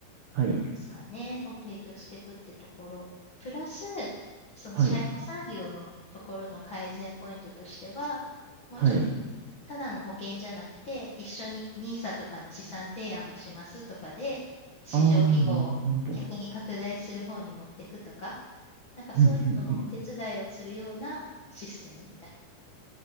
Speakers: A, on the right; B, on the left.
A: はい、
B: ですかね、を提供していくってところ、プラス、その社員産業のところの改善ポイントとしては、
A: はい、
B: もうちょっと
A: はい。
B: ただの保険じゃなくて、一緒にニーサとかの資産提案もしますとかで、市場規模を逆に拡大する方に持っていくとか、
A: ああ、なるほど。
B: なんかそういうののお手伝いをするようなシステムみたいな
A: うん、うん、うん。